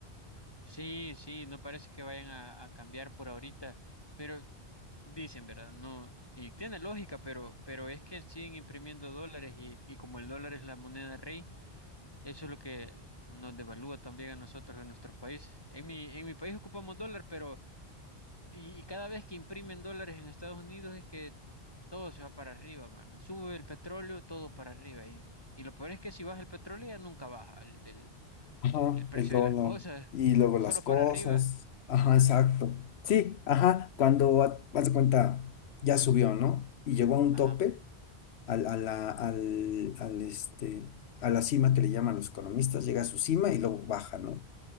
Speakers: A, on the left; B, on the left.
A: Sí, sí, no parece que vayan a, a cambiar por ahorita, pero dicen, ¿verdad? No, y tiene lógica, pero, pero es que siguen imprimiendo dólares y, y como el dólar es la moneda rey, eso es lo que nos devalúa también a nosotros en nuestros países. En mi, en mi país ocupamos dólar, pero Y, y cada vez que imprimen dólares en Estados Unidos es que todo se va para arriba, mano. Sube el petróleo, todo para arriba. Y, y lo peor es que si baja el petróleo ya nunca baja el, el-
B: Ajá,
A: el precio
B: el dólar
A: de las cosas,
B: y
A: <laughs>
B: luego
A: solo
B: las cosas.
A: para arriba.
B: Ajá, exacto. Sí, ajá, cuando ha- haz de cuenta ya subió, ¿no? Y llegó a un
A: Ajá.
B: tope al, a la, al, al, este, a la cima que le llaman los economistas, llega a su cima y luego baja, ¿no?